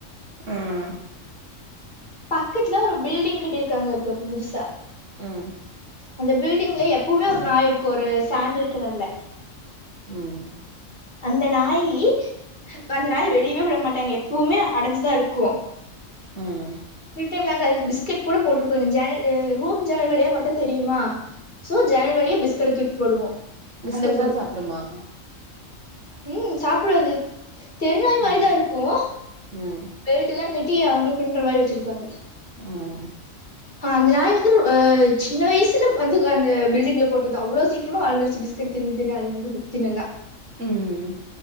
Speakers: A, on the right (about 65°); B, on the left (about 35°).
A: ம்
B: பக்கத்துல ஒரு பில்டிங் கட்டியிருக்காங்க இப்ப புதுசா
A: ம்
B: அந்த பில்டிங்ல எப்பவுமே ஒரு நாய் இருக்கு ஒரு சாண்டல் கலர்ல
A: ம் ம்
B: அந்த நாயி இப்ப அந்த நாய வெளிவே விட மாட்டாங்க எப்பவுமே அடைஞ்சுதா இருக்கு
A: ம்
B: எப்பயும் நாங்க அதுக்கு பிஸ்கெட் கூட போட்டிருக்கோ எங்க ஜன்ன ரூம் ஜன்னல் வழியா பாத்தா தெரியுமா சோ ஜன்னல் வழியே பிஸ்கெட்ட தூக்கி போடுவோ
A: பிஸ்கட்
B: அந்த கூடு
A: தா சாப்புடுமா
B: ம் சாப்புடு ஆது தெருநாய் மாரிதா
A: ம்
B: இருக்கு
A: ம்
B: பெல்ட்டுல்லா கட்டி அவுங்களுக்குன்ற மாரி வெச்சிருப்பாங்க
A: ம்
B: அந்த நாய் வந்து சின்னவயசுல வந்து அந்த பில்டிங்ல போட்டது அவ்ளோ சீக்கிரமா வளந்துருச்சி பிஸ் பிஸ்கட் தின்னு தின்னு அது இது போட்டு தின்னு நல்லா
A: ம்